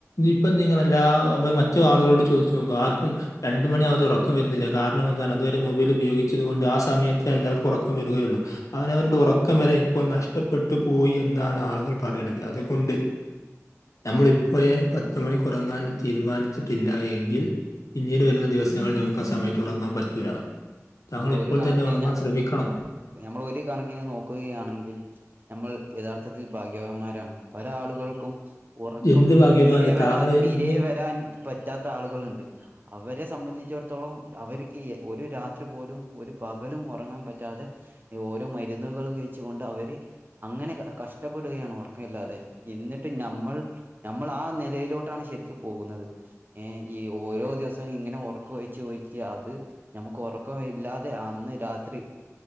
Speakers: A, on the left; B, on the right.
A: ഇപ്പം നിങ്ങളെല്ലാ മറ്റു ആളുകളോട് ചോദിച്ചു നോക്കും ആർക്കും രണ്ട മണിയാവതെ ഉറക്കം വരുന്നില്ല കാരണം എന്താണ് അതുവരെ മൊബൈൽ ഉപയോഗിച്ചത്കൊണ്ട് ആ സമയത്തെ എല്ലാവർക്കും ഉറക്കം വരുകയെള്ളു അവനവൻ്റെ ഉറക്കം വരെ ഇപ്പോൾ നഷ്ടപ്പെട്ടു പോയി എന്നാണ് ആളുകൾ പറിനത് അതുകൊണ്ട് നമ്മളിപ്പോയെ പത്ത് മണി കുറങ്ങാൻ തീരുമാനിച്ചിട്ടില്ല എങ്കിൽ പിന്നീട് വരുന്ന ദിവസങ്ങളിൽ നമുക്കാ സമയത്ത് ഉറങ്ങാൻ പറ്റൂല്ല നമ്മോൾ
B: നമ്മൾ
A: ഇപ്പോൾ
B: ഒരു കണക്കിന്
A: തന്നെ ഉറങ്ങാൻ ശ്രമിക്കണം
B: നമ്മൾ ഒരു കണക്കിന് നോക്കുകയാണെങ്കിൽ നമ്മൾ യഥാർത്ഥത്തിൽ ഭാഗ്യവാന്മാരാണ് പല ആളുകൾക്കും ഉറക്കം
A: എന്ത് ഭാഗ്യവാന്
B: തീരെ വരാ
A: താങ്കൾ
B: തീരേ
A: ഇന്നും
B: വരാൻ പറ്റാത്ത ആളുകളുണ്ട് അവരെ സംബന്ധിച്ചിടത്തോളം അവരിക്കി ഒരു രാത് രാത്രി പോലും ഒരു പകലും ഉറങ്ങാൻ പറ്റാതെ ഓരോ മരുന്നുകൾ കഴിച്ചു കൊണ്ട് അവര് അങ്ങനെ കഷ്ടപ്പെടുകയാണ് അവർക് ല്ല അതെ എന്നിട്ട് നഞമ്മൾ നമ്മൾ ആ നിലയിലോട്ടാണ് ശരിക്കും പോകുന്നത് ഏഹ് ഈ ഓരോ ദിവസും ഇങ്ങനെ ഉറക്ക ഒഴിച്ചു ഒഴിച്ച് അത് നമുക്ക് ഉറക്ക കം ഇല്ലാതെ അന്ന് രാത്രി